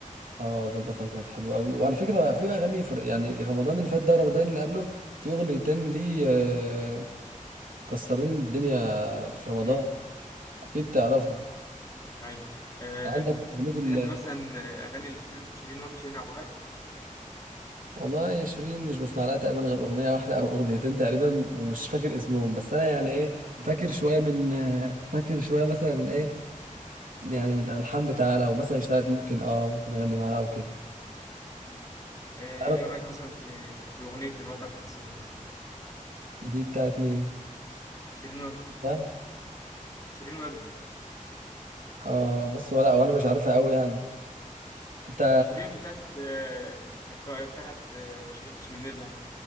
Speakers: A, on the right; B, on the left.
A: اه دول بطل كانت حلوه قوي وعلى فكره في اغاني فرق يعني رمضان اللي فات ده رمضان اللي قبله في اغنيتين ليه آه، كسرين الدنيا في رمضان
B: امم
A: اكيد تعرفه
B: ايوه أه
A: عندك اغنيه ال
B: تحب مثلا اغاني اللي شيرين شيرين وجد شيرين عبد الوهاب
A: والله يا شيرين مش بسمع لها تقريبا غير اغنيه واحده او اغنيتين تقريبا ومش فاكر اسمهم بس انا يعني ايه فاكر شويه من آه، فاكر شويه مثلا من ايه يعني من الالحان بتاعها لو مثلا اشتغلت ممكن اه ممكن اغني معاها او كده
B: مم. آه،
A: عارف
B: ايه رايك مثلا في في اغنيه الوتر الحساس مثلا
A: دي بتاعت مين
B: شيرين وجدي
A: ده
B: شيرين وجدي
A: اه بص ولا وانا مش عارفها قوي يعني انت
B: شيرين بتاعت آه، الك- بتاعت آه، ما شربتش من نيلها